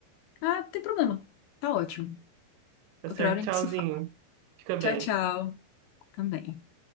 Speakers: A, on the left (about 80°); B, on the right (about 90°).
A: Ah, tem problema. Tá ótimo.
B: Tá
A: Outra
B: certo?
A: hora a
B: Tchauzinho.
A: gente se fala.
B: Fica bem.
A: Tchau, tchau. Também.